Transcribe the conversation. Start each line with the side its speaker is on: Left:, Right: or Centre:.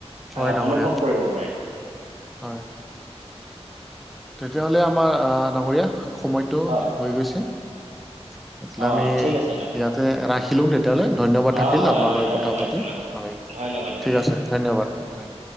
Centre: হয়
Right: আ
Centre: ডাঙৰীয়া
Right: অনুভৱ কৰিব পাৰিলো।
Centre: হয় তেতিয়াহ'লে আমাৰ আ ডাঙৰীয়া সময়তো
Right: হয়
Centre: হৈ গৈছে তেতেয়া হ'লে
Right: অ
Centre: আমি
Right: ঠিক আছে দা।
Centre: ইয়াতে ৰাখিলো তে তিয়াহ'লে ধন্যবাদ
Right: অ
Centre: থাকিল
Right: হয়
Centre: আপোনালৈ
Right: হয় ধন্যবাদ
Centre: কথা পাতি
Right: ধন্যবাদ
Centre: হয়
Right: ধন্যবাদ ধন্যবাদ
Centre: ঠিক আছে ধন্যবাদ হয়।